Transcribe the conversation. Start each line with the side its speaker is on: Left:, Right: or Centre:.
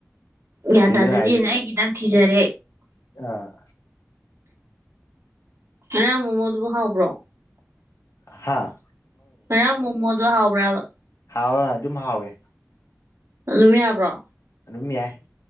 Right: ꯒ꯭ꯌꯥꯟ
Left: ꯆꯦꯗꯅ
Right: ꯇꯥꯖꯗꯦꯅ ꯑꯩ ꯈꯤꯇꯪ ꯊꯤꯖꯔꯦ
Left: ꯑ
Right: ꯑ ꯃꯣꯃꯣꯗꯕꯨ ꯍꯥꯥꯕ꯭ꯔꯣ
Left: ꯍꯥꯥ
Right: ꯍꯔ ꯃꯣꯃꯣꯗꯣ ꯍꯥꯎꯕ꯭ꯔꯥꯕ
Left: ꯍꯥꯎ ꯑꯗꯨꯝ ꯍꯥꯎꯋꯦ
Right: ꯑꯗꯨꯝ ꯌꯥꯕ꯭ꯔꯣ
Left: ꯑꯗꯨꯝ ꯌꯥꯏ